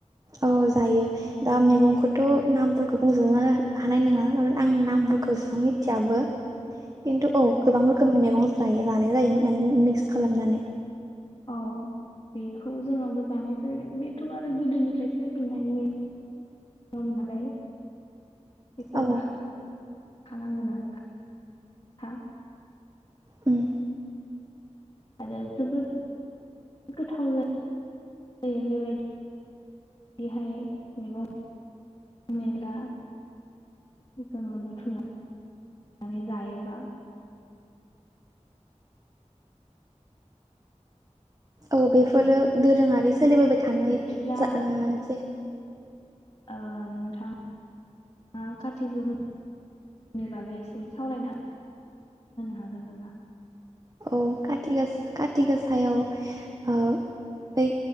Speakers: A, on the right; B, on the left.
A: औ जायो दा मैगंखौथ' नामफोरखौ बुंजोबनो हानाय नङा आं नामफोरखौ एसेबां मिथियाबो। खिन्थु औ गोबां रोखोमनि मैगं जायो जानाय जायो माने मिक्स खालामनानै।
B: अ बेखौ जोंङाबो जानाय जायो बेथ' आरो गोदोनिफ्राय सोफेनायनि दं नालाय बेखौ
A: औ
B: जाखा नांगोनानोखा <unintelligible>
A: उम
B: आरो जोबोद गोथाव जायो जायो बेबायदि बिदिहाय मैगं मैला जोंङो बुथुमनानै जायोबा
A: औ बेफोरो
B: अ
A: दोरोंङारि सोलिबोबाय थानाय
B: बिब्दिब्ला
A: जा मोनसे
B: ओ नोंथांङा मा काति बिहुनि बागै एसे सावरायनो हागोन नामा <unintelligible> हागोन नामा
A: खाथि गासायाव ओ बै